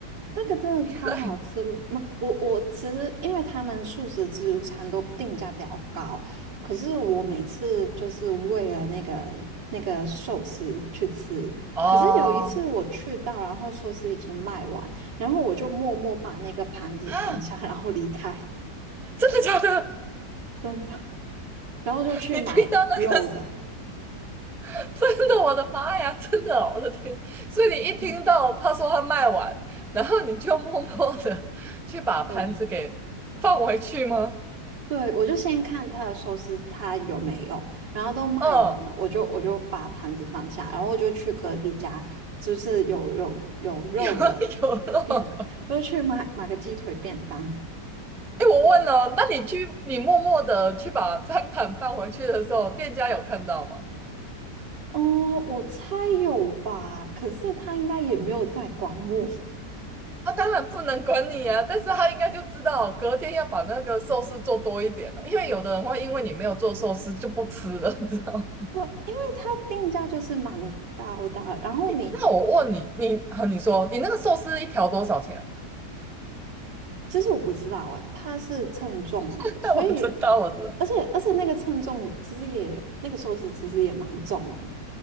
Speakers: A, on the right; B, in the centre.
A: 那个真的超好吃，
B: 对，
A: 嗯我我其实因为他们素食自助餐都定价比较高，可是我每次就是为了那个那个寿司去吃，
B: 哦，
A: 可是有一次我去到，然后寿司已经卖完，然后我就默默把那个盘子放下，
B: 啊，
A: 然后离开，
B: 真的假的？
A: 真的，然后就去买肉的，
B: 你听到那个 <laughs> 真的，我的妈呀，<laughs> 真的哦我的天！所以你一听到他说他卖完，
A: <laughs>
B: 然后你就默默的去把盘子给放回去吗？
A: 对。对，我就先看他的寿司，他有没有，然后都卖完了，
B: 嗯，
A: 我就我就把盘子放下，然后我就去隔壁家，就是有有有肉的
B: <laughs> 有啊有啊。
A: 便，<laughs> 我就去买买个鸡腿便当。
B: 哎，我问了，那你去你默默的去把餐盘放回去的时候，店家有看到吗？
A: 哦，我猜有吧，可是他应该也没有在管我，<laughs>
B: 他当然不能管你啊，但是他应该就知道隔天要把那个寿司做多一点了，因为有的人会因为你没有做寿司就不吃了，你知道吗？
A: 不，因为他定价就是蛮高的啊然后你，
B: 那我问你，你，啊你说你那个寿司一条多少钱？
A: 嗯，其实我不知道哎，他是称重的，
B: <laughs>
A: 所以，
B: 我知道，我知道。
A: 而且而且那个称重其实也那个寿司其实也蛮重的，